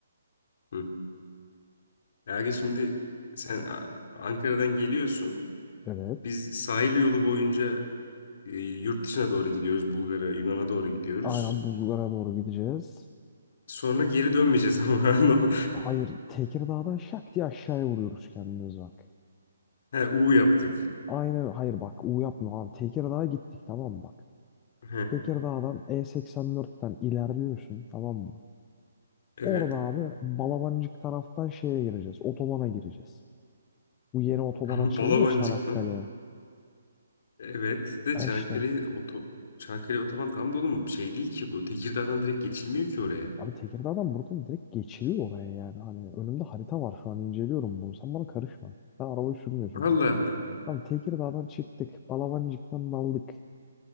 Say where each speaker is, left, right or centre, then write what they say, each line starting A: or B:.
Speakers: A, on the left (about 45°); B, on the left (about 15°).
A: Hı. Yani şimdi sen A- Ankara'dan geliyorsun.
B: Evet.
A: Biz sahil yolu boyunca e, yurt dışına doğru gidiyoruz. Bulgar'a, Yunan'a doğru gidiyoruz.
B: Aynen buzlara doğru gideceğiz.
A: Sonra geri dönmeyeceğiz ama. <laughs> anladın mı?
B: Hayır Tekirdağ'dan şak diye aşağıya vuruyoruz kendimiz bak.
A: He, U yaptık.
B: Aynen hayır bak U yapma abi. Tekirdağ'a gittik tamam mı bak.
A: He,
B: Tekirdağ'dan E84'ten ilerliyorsun tamam mı?
A: evet.
B: Orada abi
A: <laughs>
B: Balabancık taraftan şeye gireceğiz. Otobana gireceğiz. Bu yeni otoban
A: Tamam,
B: açıldı
A: Balabancık'tan.
B: ya Çanakkale'ye.
A: Evet. De
B: Ha
A: Çanakkale
B: işte.
A: oto Çanakkale otoban tam dolu mu? Şey değil ki bu. Tekirdağ'dan direkt geçilmiyor ki oraya.
B: Abi Tekirdağ'dan buradan direkt geçiliyor oraya yani. Hani önümde harita var şu an inceliyorum bunu. Sen bana karışma. Sen arabayı sürmüyorsun.
A: Allah
B: bile.
A: Allah.
B: Tamam Tekirdağ'dan çıktık. Balabancık'tan daldık.